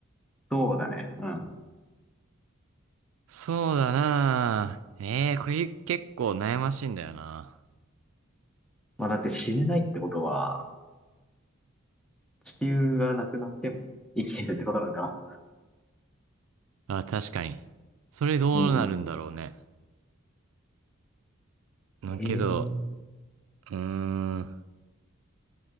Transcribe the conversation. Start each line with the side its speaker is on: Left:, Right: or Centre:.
Centre: そうだね。うん。
Right: そうだなあええー、これ結構悩ましいんだよな。
Centre: まあ、だって死ねないってことは、地球がなくなっても生きてるってことなのかな
Right: あ、確かに。それどうなるんだろうね。
Centre: うん。
Right: うけど、
Centre: ええ
Right: うーん。